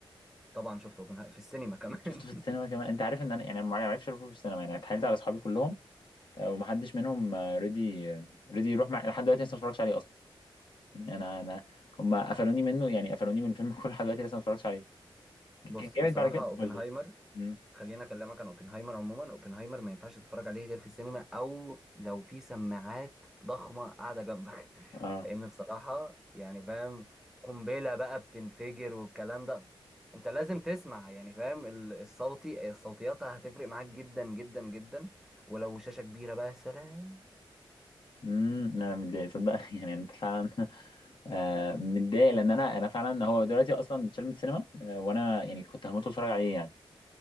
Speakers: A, in the centre; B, on the left (about 60°).
A: طبعا شفت أوبنهايمر في السينما كمان
B: شفته في السينما
A: <laughs>
B: كمان انت عارف ان انا يعني أنا ما عرفش اشوفه في السينما يعني اتحايلت على اصحابي كلهم آه، ومحدش منهم ريدي ريدي يروح مع لحد دلوقتي لسه ما اتفرجش عليه اصلا يعني انا انا هم قفلوني منه يعني قفلوني من الفيلم كله لحد <laughs> دلوقتي لسه ما اتفرجش عليه
A: بص
B: كان جامد
A: بصراحة
B: بعد كده
A: أوبنهايمر
B: قول لي مم.
A: خليني اكلمك عن اوبنهايمر عموما اوبنهايمر ما ينفعش تتفرج عليه غير في السينما او لو في سماعات ضخمه قاعده جنبك <laughs>
B: اه
A: لان بصراحه يعني فاهم قنبله بقى بتنفجر والكلام ده انت لازم تسمع يعني فاهم ال- الصوتي الصوتيات هتفرق معاك جدا جدا جدا ولو شاشه كبيره بقى سلام
B: امم انا متضايق صدق <laughs> يعني انت فعلا آه متضايق لان انا انا فعلا هو دلوقتي اصلا اتشال من السينما آه وانا يعني كنت هموت واتفرج عليه يعني